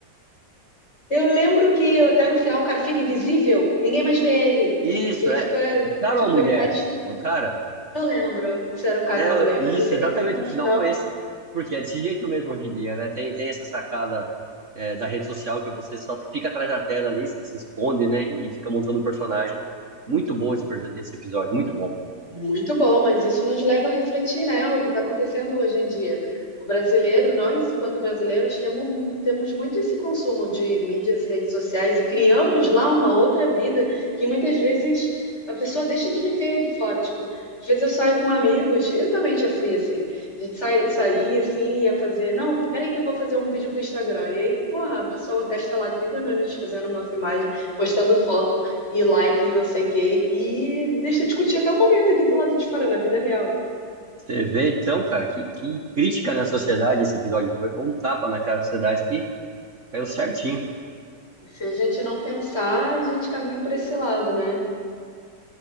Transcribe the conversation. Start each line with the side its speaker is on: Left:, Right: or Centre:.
Left: Eu lembro que até no final o cara fica invisível, ninguém mais vê ele.
Right: isso
Left: Ele
Right: é,
Left: fica,
Right: o cara
Left: tipo,
Right: ou a mulher?
Left: ele perde tudo.
Right: É o cara?
Left: Não lembro se era um cara
Right: É,
Left: ou uma mulher,
Right: isso,
Left: mas eu sei
Right: exatamente,
Left: que a pessoa no
Right: o final
Left: final
Right: foi esse. Porque é desse jeito mesmo hoje em dia, né? Tem, tem essa sacada, é, da rede social que você só fica atrás da tela ali, você se esconde, né? E fica montando um personagem. Muito bom esse, per- esse episódio, muito bom.
Left: Muito bom, mas isso nos leva a refletir, né, o que está acontecendo hoje em dia. O brasileiro, nós, enquanto brasileiros, temos, temos muito esse consumo de mídias e redes sociais e criamos lá uma outra vida que muitas vezes a pessoa deixa de viver aqui fora. Tipo, às vezes eu saio com amigos, eu também já fui assim. A gente sai, saía assim, ia fazer, não, peraí que eu vou fazer um vídeo pro Instagram. E aí, porra, a pessoa gasta lá 30 minutos fazendo uma filmagem, postando foto e like, e não sei o quê. E deixa discutir até o momento aqui do lado de fora, na vida real.
Right: Você vê, então, cara, que, que crítica na sociedade esse episódio foi. Foi um tapa na cara da sociedade que caiu certinho.
Left: Se a gente não pensar, a gente caminha por esse lado, né?